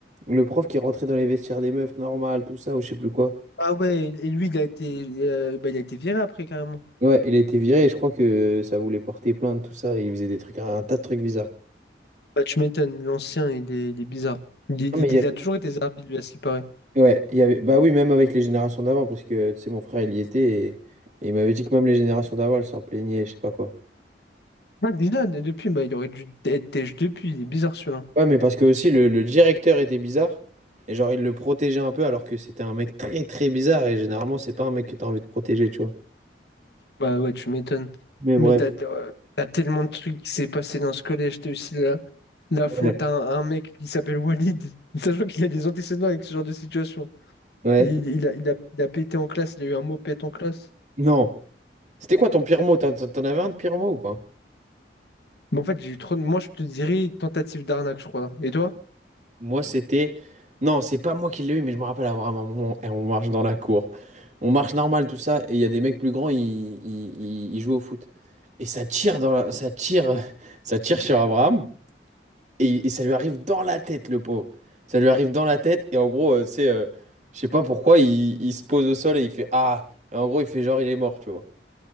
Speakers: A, on the right (about 40°); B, on the left (about 65°).
A: le prof qui rentrait dans les vestiaires des meufs normales, tout ça, ou je sais plus quoi.
B: Ah ouais, et lui, il a été, euh, bah, il a été viré après, carrément.
A: Ouais, il a été viré, et je crois que ça voulait porter plainte, tout ça, et il faisait des trucs, un tas de trucs bizarres.
B: Bah, tu m'étonnes, l'ancien, il est, il est bizarre. Il,
A: Ah, mais
B: il-
A: il
B: il
A: y a-
B: a toujours été zarbi, lui, à ce qui paraît.
A: ouais, il y avait... Bah oui, même avec les générations d'avant, parce que, tu sais, mon frère, il y était, et, et il m'avait dit que même les générations d'avant, elles s'en plaignaient, je sais pas quoi.
B: Ah, déjà, de- depuis, bah, il aurait dû être têche depuis, il est bizarre, celui-là.
A: Ouais, mais parce que aussi le, le directeur était bizarre. Et genre, il le protégeait un peu alors que c'était un mec très très bizarre. Et généralement, c'est pas un mec que t'as envie de protéger, tu vois.
B: Bah ouais, tu m'étonnes.
A: Mais
B: Mais
A: bref.
B: t'as, euh, t'as tellement de trucs qui s'est passé dans ce collège. T'as aussi la, la
A: Ouais.
B: faute à un, un mec qui s'appelle Walid, <laughs> sachant qu'il a des antécédents avec ce genre de situation.
A: Ouais.
B: Il, il a, il a, il a pété en classe, il a eu un mot pète en classe.
A: Non. C'était quoi ton pire mot? T'en t'en- t'en avais un de pire mot ou pas?
B: Mais en fait, j'ai eu trop de... Moi, je te dirais tentative d'arnaque, je crois. Et toi?
A: Moi, c'était. Non, c'est pas moi qui l'ai eu, mais je me rappelle avoir un moment. Et on marche dans la cour. On marche normal, tout ça. Et il y a des mecs plus grands, ils, ils, ils- ils jouent au foot. Et ça tire dans la... ça tire... <laughs> ça tire sur Abraham. Et, et ça lui arrive dans la tête, le pauvre. Ça lui arrive dans la tête, et en gros, euh, tu sais, euh, je sais pas pourquoi, il, il se pose au sol et il fait Ah! Et en gros, il fait genre, il est mort, tu vois.